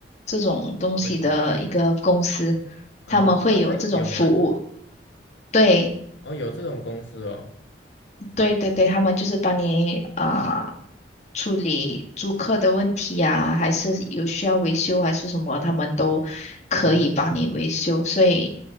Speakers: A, on the left; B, on the left.
A: 这种东西的一个公司，
B: 问题啊，
A: 他们会有这种服务。
B: 哦，他有吗？
A: 对
B: 哦，有这种公司哦，
A: 对对对，他们就是帮你啊、呃处理租客的问题呀、还是有需要维修还是什么，他们都可以帮你维修，
B: 嗯，
A: 所以